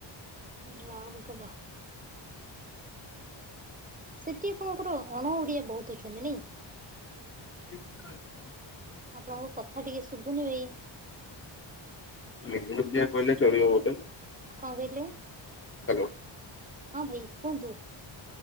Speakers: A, on the right; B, on the left.
A: ଡ୍ରାଉନକଲା। ସେଠି ଆପଣଙ୍କର ଅଣଓଡ଼ିଆ ବହୁତ ଅଛନ୍ତି ନାଇଁ?
B: ର <inaudible>
A: ଆପଣଙ୍କ କଥା ଟିକେ ଶୁଭୁନି ଭାଇ।
B: <unintelligible> କହିଲେ ଚଳିବ ବଟେ
A: କଣ କହିଲେ?
B: ହ୍ୟାଲୋ।
A: ହଁ ଭାଇ କୁହନ୍ତୁ।